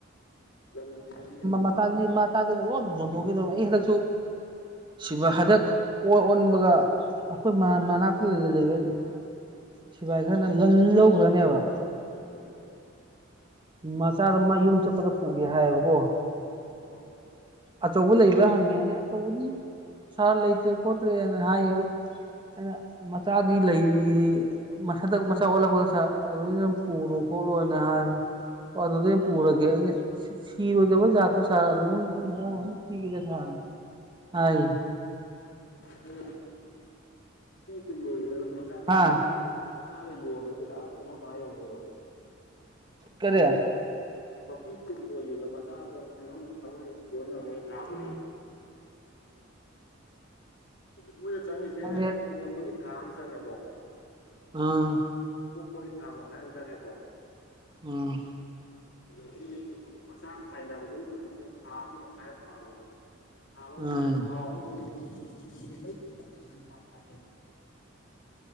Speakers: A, on the left (about 65°); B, on the right (about 25°).
A: ꯂꯝꯗꯤ ꯍꯥꯏꯗꯤ ꯌꯥꯝ ꯆꯥꯎ
B: ꯃꯁꯤꯕꯨ ꯂꯣꯟ ꯌꯣꯟꯊꯣꯛꯈꯤꯗꯕꯅꯦ ꯑꯩ ꯍꯟꯗꯛꯁꯨ ꯁꯤꯕꯨ ꯍꯟꯗꯛ ꯑꯣ ꯑꯣꯟꯕꯒ ꯑꯩꯈꯣꯏ ꯃꯅꯥꯛꯇ ꯂꯩꯕ ꯁꯤꯚꯏ ꯈꯔꯅ ꯂꯜꯍꯈ꯭ꯔꯅꯦꯕ
A: ꯎ
B: ꯃꯆꯥꯗ ꯃꯥ ꯌꯨꯝ ꯆꯠꯄꯗ ꯄꯨꯒꯦ ꯍꯥꯏꯌꯦꯕꯀꯣ
A: ꯎ
B: ꯑꯆꯧꯕ ꯂꯩꯕ꯭ꯔꯥ ꯍꯪꯉꯦ ꯑ ꯑꯆꯧꯕꯗꯤ ꯁꯥꯔ ꯂꯩꯇ꯭ꯔꯦ ꯈꯣꯠꯇ꯭ꯔꯦꯅ ꯍꯥꯏꯌꯦ ꯑꯗꯣ ꯑ ꯃꯆꯥꯗꯤ ꯂꯩꯔꯤ ꯃꯟꯗꯛ ꯃꯆꯥ ꯑꯣꯜꯂꯛꯄꯗ ꯂꯣꯏꯅ ꯄꯨꯔꯣ ꯈꯣꯠꯂꯣꯅ ꯍꯥꯏꯕ ꯑꯗꯨꯗꯤ ꯄꯨꯔꯒꯦ ꯑꯩ ꯁꯤꯔꯣꯏꯗꯕ ꯖꯥ ꯑꯗꯨꯝ ꯍ ꯄꯤꯒꯗ ꯁꯥ ꯍꯥꯏ
A: ꯊ ꯀꯜꯂꯨꯗ ꯅ ꯃꯁꯥ ꯊ
B: ꯍꯥ
A: ꯃꯁꯥꯒꯤ ꯃꯆꯥꯗ ꯌꯣꯟꯕꯒ ꯄꯩꯁꯥ ꯁꯦꯝꯐꯝ ꯃꯥ ꯌꯧꯅꯦꯕ
B: ꯀꯔꯤ
A: ꯃꯄꯤ ꯀꯨꯕ ꯑꯣꯏꯈꯤꯕꯗ ꯃꯆꯥꯗꯣ ꯑꯁꯤꯪ ꯈꯪꯅ ꯌ ꯅꯉꯦ ꯊꯥꯕ
B: ꯎꯝ
A: ꯃꯣꯏꯅ ꯆꯪꯉꯁꯦ
B: ꯈꯥꯃꯦꯟ
A: ꯀꯣꯟꯕꯒꯤ ꯊꯥ ꯑꯃ ꯆꯪꯉꯦꯀꯣ
B: ꯑꯥ
A: ꯑꯣꯣꯛ ꯀꯣꯔꯤ ꯊꯥ ꯃꯈꯥꯏ ꯑꯃ ꯆꯪꯉꯦꯀꯣ
B: ꯎꯝ
A: ꯑꯗꯒꯤ ꯃꯆꯥ ꯊꯥꯏꯅꯕꯗꯨꯒꯤ ꯃꯇꯨꯡꯗ ꯊꯥ ꯑꯃ ꯃꯈꯥꯏ ꯌꯥꯝ ꯄꯥꯕꯅꯦ ꯊꯥ ꯑꯃ ꯃꯈꯥꯏꯅꯤ
B: ꯎꯝ
A: ꯊꯥ ꯑꯍꯨꯝꯗꯨꯗꯤ ꯀꯁ ꯄ ꯀ